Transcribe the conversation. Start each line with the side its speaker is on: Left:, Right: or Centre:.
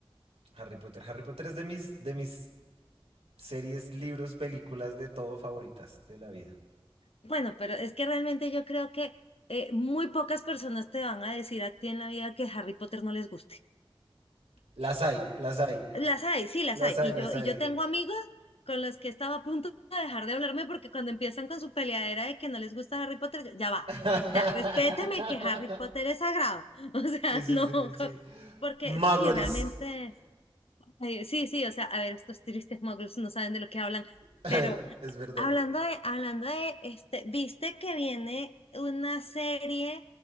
Right: Harry Potter. Harry Potter es de mis, de mis series, libros, películas, de todo favoritas de la vida.
Left: Bueno, pero es que realmente yo creo que eh, muy pocas personas te van a decir a ti en la vida que Harry Potter no les guste.
Right: Las hay, las hay,
Left: Las hay, sí, las
Right: las
Left: hay.
Right: hay,
Left: Y
Right: las
Left: yo, y
Right: hay.
Left: yo tengo amigos con los que estaba a punto de dejar de hablarme porque cuando empiezan con su peleadera de que no les gusta Harry Potter, yo, ya va.
Right: <laughs>
Left: O sea, respéteme que Harry Potter es sagrado. <laughs> O sea,
Right: Sí, sí,
Left: no,
Right: sí, sí,
Left: co-
Right: sí.
Left: porque
Right: Muggles.
Left: sí, realmente, eh, sí, sí, o sea, a ver, estos tristes muggles no saben de lo que hablan.
Right: <laughs>
Left: Pero
Right: Es verdad.
Left: hablando de, hablando de, este, ¿viste que viene una serie